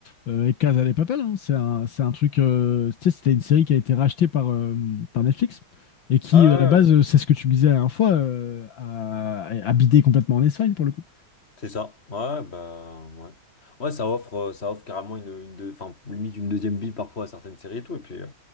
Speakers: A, on the left; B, on the left.
A: euh, avec Casa de Papel. hein. C'est un, c'est un truc. euh, tu sais, c'était une série qui a été rachetée par, euh, par Netflix et qui,
B: Ouais, ouais,
A: à la base,
B: ouais,
A: euh, c'est ce que tu me disais la dernière fois, euh, a, a bidé complètement en Espagne pour le coup.
B: c'est ça. Ouais, bah, ouais. Ouais, ça offre, euh, ça offre carrément une, une deux- enfin, limite une deuxième bille parfois à certaines séries et tout. Et puis, euh,